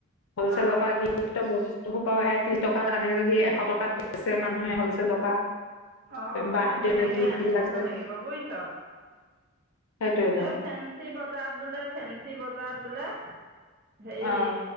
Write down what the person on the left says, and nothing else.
পইচ
লতা গিফ্টট বহি এহোপা আহে ত্ৰিশ টকাত আনে যদি এশ টকাত বেছে মানুহে হলছেেলৰ পৰা।
বাৰ্থডে
গিফ্টবিলাক
যে অ'
সেইটোৱেতো
অ'